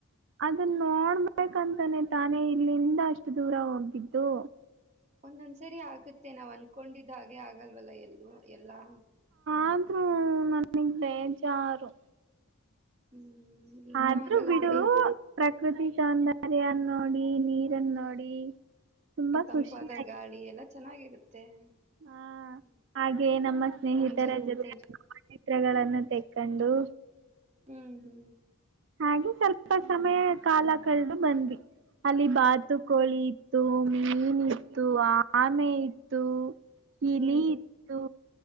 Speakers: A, on the right; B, on the right.
A: ಅದನ್ ನೋಡಬೇಕಂತನೆ ತಾನೇ ಇಲ್ಲಿಂದ ಅಷ್ಟು ದೂರ ಹೋಗಿದ್ದು.
B: ಒಂದೊಂದ್ಸರಿ ಆಗುತ್ತೆ ನಾವ್ ಅನ್ಕೊಂಡಿದ ಹಾಗೆ ಆಗಲ್ವಲ್ಲ ಎಲ್ಲೂ ಎಲ್ಲಾ.
A: ಆದ್ರೂ ನನಗ್ ಬೇಜಾರು.
B: ಹ್ಮ್ ಏನು
A: ಅದ್ರೂ
B: ಆಗಲ್ಲ
A: ಬಿಡು
B: ಬಿಡಿ
A: ಪ್ರಕೃತಿ ಸೌಂದರ್ಯನ್ ನೋಡಿ ನೀರನ್ ನೋಡಿ ತುಂಬಾ
B: ಆ ತಂಪಾದ
A: ಖುಷಿ ಆಯ್ತು.
B: ಗಾಳಿ ಎಲ್ಲಾ ಚೆನ್ನಾಗಿರುತ್ತೆ.
A: ಹಾ
B: ಹ್ಮ್
A: ಹಾಗೆ ನಮ್ಮ ಸ್ನೇಹಿತರ
B: ಸಂಜೆ ಹೊತ್ತಲ್ಲಿ
A: ಜೊತೆ <unintelligible> ತೆಕ್ಕೊಂಡು.
B: ಹ್ಮ್ ಹ್ಮ್
A: ಹಾಗೆ ಸ್ವಲ್ಪ ಸಮಯ ಕಾಲ ಕಾಲ್ದು ಬಂದ್ವಿ. ಅಲ್ಲಿ ಬಾತುಕೋಳಿ ಇತ್ತು ಮೀನ್ ಇತ್ತು ಆಮೆ ಇತ್ತು. ಇಲಿ
B: ಹ್ಮ್
A: ಇತ್ತು